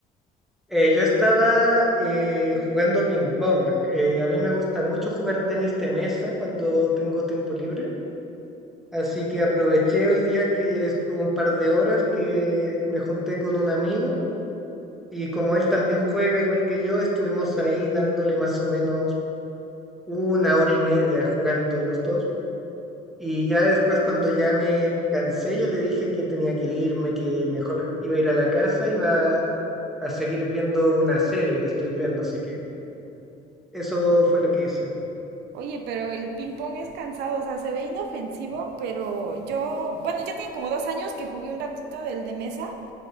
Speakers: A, in the centre; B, on the right.
A: Eh, yo estaba eh, jugando ping-pong, Eh, a mí me gusta mucho jugar tenis de mesa cuando tengo tiempo libre, así que aproveché hoy día que estuve un par de horas que me junté con un amigo. Y como él también juega igual que yo, estuvimos ahí dándole más o menos una hora y media jugando los dos. Y ya después cuando ya me cansé, yo le dije que tenía que irme, que mejor iba a ir a la casa, iba a seguir viendo una serie que estoy viendo. Así que eso fue lo que hice.
B: Oye, pero el ping pong es cansado, o sea, se ve inofensivo, pero yo, bueno, yo tenía como dos años que jugué un ratito del de mesa,